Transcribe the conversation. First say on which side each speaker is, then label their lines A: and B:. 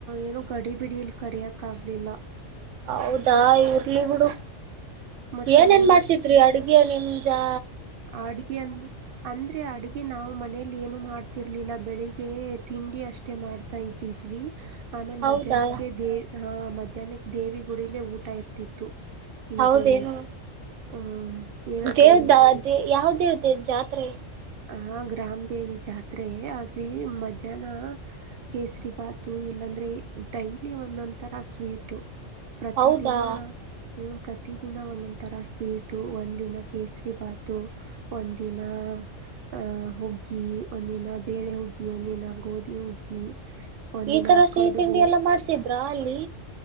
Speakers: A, on the right (about 60°); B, on the right (about 75°).
A: ಏನು ಗಡಿ ಬಿಡಿ ಇಲ್ ಕರಿಯಕ್ ಕಾಗಲಿಲ್ಲ.
B: ಹೌದಾ ಇ ಬಿಡು
A: ಮತ್ತೆ
B: ಏನ
A: ಒಂದ್
B: ಏನ್ ಮಾಡ್ಸಿದ್ರಿ ಅಡ್ಗೆಲ್ಲಿ? ಪಂಜಾ
A: ಆಡುಗೆ ಅಂತ ಅಂದ್ರೆ ಅಡಗೆ ನಾವು ಮನೇಲಿ ಏನು ಮಾಡ್ತಿರ್ಲಿಲ್ಲ ಬೆಳಿಗ್ ತಿಂಡಿ ಅಷ್ಟೇ ಮಾಡ್ತಾ ಇದ್ದಿದ್ವಿ. ಆಮೇಲ್
B: ಹೌದಾ
A: ಮಧ್ಯಾಹ್ನಕ್ಕೆ ದೇ ಹ ಮಧ್ಯಾಹ್ನಕ್ಕೆ ದೇವಿ ಗುಡಲ್ಲೇ ಊಟ ಇರ್ತಿತ್ತು.
B: ಹೌದೇನು
A: ಇದು ಹ್ಮ್ ಏನದು
B: ದೇವ್ದ ಯಾವ್ದ? ತ್ತ ಜಾತ್ರೆ
A: ಆ ಗ್ರಾಮ ದೇವಿ ಜಾತ್ರೆ ಅಲ್ಲಿ ಮಧ್ಯಾಹ್ನ ಕೇಸರಿಭಾತು ಇಲ್ಲಾಂದ್ರೆ ಡೈಲಿ ಒಂದೊಂಥರ ಸ್ವೀಟು. ಪ್ರತಿ
B: ಹೌದಾ
A: ದಿನ ಪ್ರತಿದಿನ ಒಂದೊಂದುಥರ ಸ್ವೀಟು ಒಂದಿನ ಕೇಸರಿಭಾತು ಒಂದಿನ ಅಹ ಹೂಗ್ಗಿ ಒಂದಿನ ಬೇಳೆ ಹುಗ್ಗಿ ಒಂದಿನ ಗೋಧಿ ಹುಗ್ಗಿ. ಒಂದಿನ
B: ಈ ತರ ಸಿಹಿ
A: ಕಡುಬು
B: ತಿಂಡಿ ಎಲ್ಲ ಮಾಡ್ಸಿದ್ದ ರಾಲಿ